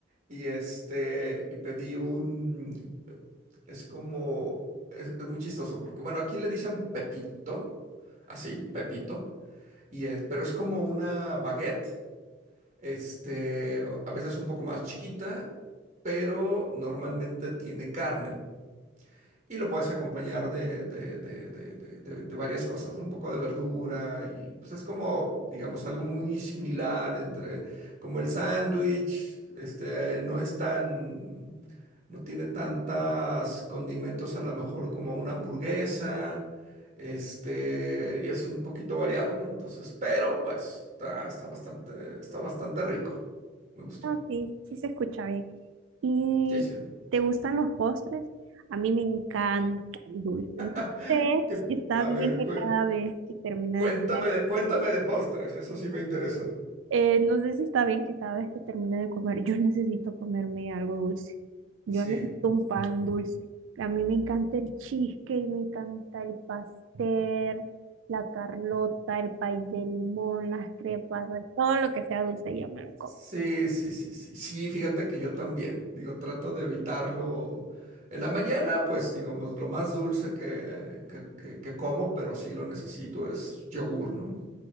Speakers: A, on the right; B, on the right.
A: y este, y pedí un Es como, es, es muy chistoso porque, bueno, aquí le dicen Pepito, así, Pepito, y es, pero es como una baguette, este, a veces un poco más chiquita, pero normalmente tiene carne. Y lo puedes acompañar de, de- de- de- de- de- de varias cosas, ¿no? Un poco de verdura y pues es como, digamos, algo muy similar entre como el sándwich, este, no es tan, no tiene tantas condimentos a lo mejor como una hamburguesa, este, y es un poquito variado, ¿no? Entonces, pero pues está, está bastante, está bastante rico, me gustó.
B: Ah, sí, sí se escucha bien. ¿Y
A: Sí, sí.
B: te gustan los postres? A mí me encanta el dulce. No
A: <laughs>
B: sé
A: Que-
B: si está
A: a
B: bien
A: ver,
B: que
A: cué-
B: cada vez que termine
A: Cuéntame
B: de comer,
A: de, cuéntame de postres, eso sí me interesa.
B: eh, no sé si está bien que cada vez que termine de comer, yo necesito comerme algo dulce. Yo
A: Sí,
B: necesito un pan dulce. A mí me encanta el cheesecake, me encanta el pastel, la carlota, el pay de limón, las crepas, todo lo que sea dulce, yo me lo como.
A: sí, sí, sí, sí, sí, fíjate que yo también, digo, trato de evitarlo. En la mañana, pues, digamos, lo más dulce que, que, que- que como, pero sí lo necesito, es yogur, ¿no?